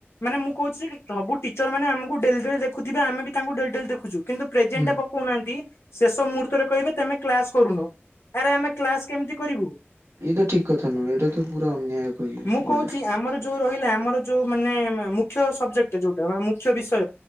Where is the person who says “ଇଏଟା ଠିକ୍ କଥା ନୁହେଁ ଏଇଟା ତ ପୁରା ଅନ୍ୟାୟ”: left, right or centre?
Right